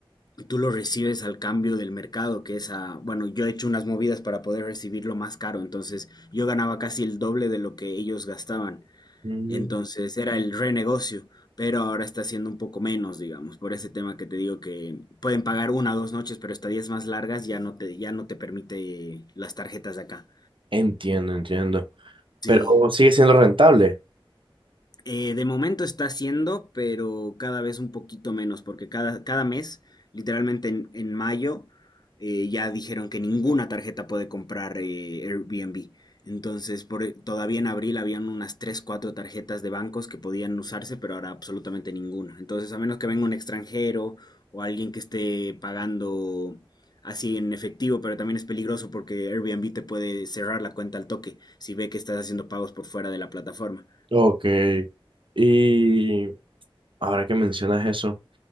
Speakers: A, on the left; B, on the right.
A: tú lo recibes al cambio del mercado, que es a, bueno, yo he hecho unas movidas para poder recibirlo más caro, entonces yo ganaba casi el doble de lo que ellos gastaban,
B: mm,
A: entonces era el renegocio, pero ahora está siendo un poco menos, digamos, por ese tema que te digo que pueden pagar una o dos noches, pero estadías más largas ya no te, ya no te permite las tarjetas de acá.
B: Entiendo, entiendo.
A: Sí,
B: pero sigue siendo rentable.
A: Eh, de momento está haciendo, pero cada vez un poquito menos, porque cada, cada mes, literalmente en, en mayo, eh, ya dijeron que ninguna tarjeta puede comprar eh, Airbnb. Entonces, por, e, todavía en abril habían unas 3 4 tarjetas de bancos que podían usarse, pero ahora absolutamente ninguna. Entonces, a menos que venga un extranjero o alguien que esté pagando así en efectivo, pero también es peligroso porque Airbnb te puede cerrar la cuenta al toque si ve que estás haciendo pagos por fuera de la plataforma.
B: Ok. Y ahora que mencionas eso,